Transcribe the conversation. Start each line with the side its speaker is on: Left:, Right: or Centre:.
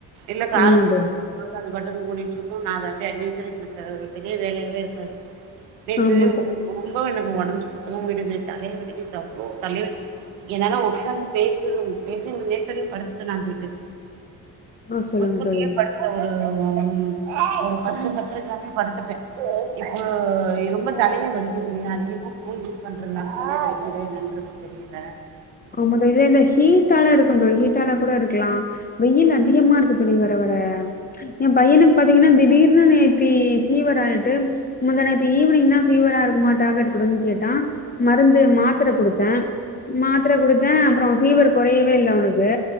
Right: இல்ல கால
Left: ஆமா
Right: டிஃபன்
Left: தோழி
Right: செஞ் பாத்தா அது பாட்டுக்கு ஓடிட்ருக்கு நா அத அப்டியே அன்விச்சற எனக்கு ஒரு பெரிய வேலையாவே இருக்காது நேத்து
Left: ஆமா தோ
Right: ரொம்ப எனக்கு ஒடம்பு சுத்தமா விடுது தலைய வலிக்கு தம்பியோடஸ் என்னாலா ஒக்காந்து பேசற பேச நேரத்துலே படுத்துட்ட நா போய்ட்டு
Left: ஆ சொல்லுங்க
Right: முன்கூட்டியே
Left: தோழி
Right: படுத்துட்டே ஒரு ஒன் வீக் ஒரு பத்து பத்தரைக்கெல்லாமே படுத்துட்டே இப்போ ரொம்ப தலைய வலிக்கிதுங்க அதிக ஃபோ ன் யூஸ் பண்றதுனால தலைய வலிக்கிதா என்னான்றது தெரியல
Left: ஆமா தோழி அந்த ஹீட்டால இருக்கு தோழி ஹீட்டால கூட இருக்கலா வெயில் அதிகமா இருக்கு தோழி வர வர எம்பையனுக்கு பாத் தீங்னா திடீர்னு நேத்தி ஃபீவர் ஆய்ட்டு முந்தா நேத்து ஈவ்னிங் தா ஃபீவரா இருக்ம்மா டேப்லெட் குடுன்னு கேட்டா மருந்து மாத்தர குடுத்தே மாத்தர குடுத்தே அப்றோ ஃபீவர் கொறையவே இல்ல அவனுக்கு